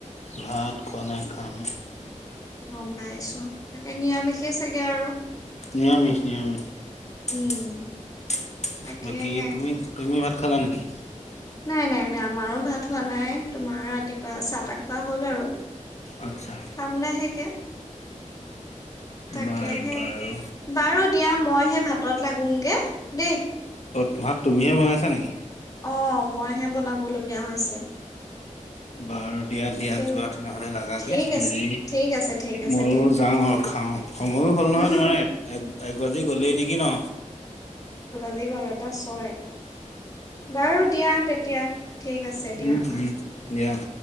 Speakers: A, on the left (about 60°); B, on the left (about 25°).
A: ঘট কনে খামা
B: গম পাইছো তাকে নিৰামিষে চাগে আৰু।
A: নিৰামিষ নিৰামিষ
B: উম তাকেহে
A: বাকি তুমি তুমি ভাত খালা নেকি?
B: নাই নাই নাই আমাৰো ভাত হোৱা নাই। তোমাৰ ৰাতিপুৱা চাহ তাহ খোৱা হ'ল আৰু
A: আচ্ছা
B: খাম লাহেকে তাকে
A: বাৰু
B: হে
A: বাৰু
B: বাৰু দিয়া মই হে ভাতত লাগোগে দেই
A: অঁ ত ভাত তুমিহে বনাইছা নেকি
B: অ মইহে বনাবলগীয়া হৈছে
A: বাৰু দিয়া
B: তাকে
A: দিয়া যোৱা তেনেহলে লাগে
B: ঠিক
A: হেৰি
B: আছে ঠিক আছে ঠিক আছে
A: ময়ো
B: দিয়া
A: যাওঁ আৰু খাও সময়ো হ'ল নহয়
B: উম
A: তোমাৰ এক এক বাজি গ'লেই নেকি ন
B: বজি গ'ল এটা ছয় বাৰু দিয়া তেতিয়া ঠিক আছে দিয়া
A: উম, উম,
B: অ
A: দিয়া অ